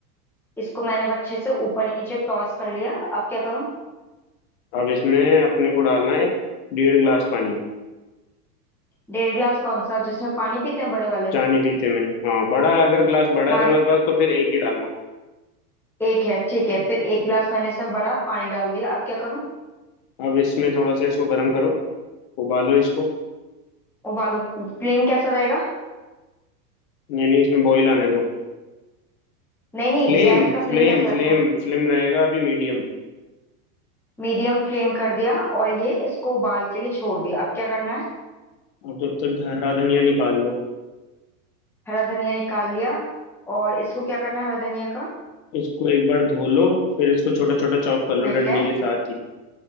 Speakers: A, in the centre; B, on the left.
A: इसको मैंने अब अच्छे से ऊपर नीचे टॉस कर लिया अब क्या करूं
B: अब इसमें अपने को डालना है डेढ़ ग्लास पानी
A: डेढ़ ग्लास कौन सा जिसमें पानी पीते हैं बड़े वाले में
B: चाय नहीं पीते में हाँ बड़ा है, अगर ग्लास बड़ा
A: हाँ
B: है तुम्हारे पास तो फिर एक ही डालना
A: एक है ठीक है फिर एक ग्लास मैंने इसमें बड़ा पानी डाल दिया अब क्या करूं
B: अब इसमें थोड़ा सा इसको गर्म करो उबालो इसको
A: उबालो फ्लेम कैसा रहेगा
B: नहीं नहीं इसमें बॉईल आने दो
A: नहीं नहीं
B: फ्लेम
A: गैस का फ्लेम
B: फ्लेम
A: कैसा रखो
B: फ्लेम फ्लेम रहेगा अभी मीडियम
A: मीडियम फ्लेम कर दिया और ये इसको उबाल के लिए छोड़ दिया अब क्या करना है
B: अब जब तक हरा धनिया निकाल लो
A: हरा धनिया निकाल लिया और इसको क्या करना है हरा धनिया का
B: इसको एक बार धो लो फिर इसको छोटा छोटा चॉप कर लो
A: ठीक
B: डंडी
A: है
B: के साथ ही